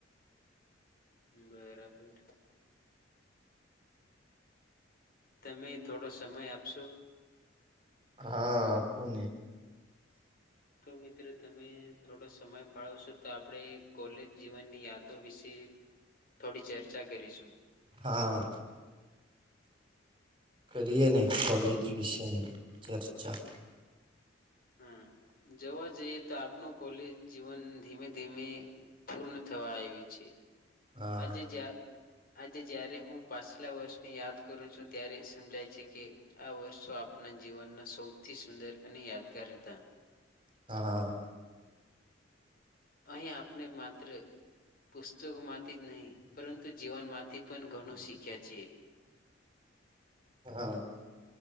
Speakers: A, on the left; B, on the right.
A: બરાબર તમે થોડો સમય આપશો
B: હા આપું નને
A: તો મિત્રો તમે થોડો સમય ફાળવશો તો આપણે કોલેજ જીવનની યાદો વિશે થોડી ચર્ચા કરીશું
B: હા કરીએ અને
A: તો
B: કોલેજ વિશેની ચર્ચા
A: હા જોવા જ જઈએ તો આપનું કોલેજ જીવન ધીમે ધીમે પૂર્ણ થવા આવ્યું છે
B: હા
A: આજે જ આજે જય્યારે હું પાછલા વર્ષની યાદ કરું છું ત્યારે સમજાય છે કે આ વર્ષો આપ આપના જીવનના સૌથી સુંદર અને યાદગાર હતા
B: હા
A: અહીં આપને માત્ર પુસ્તકો માત્ર નહી પરંતુ જીવન માંથી પણ ઘણું શીખ્યા છે
B: હા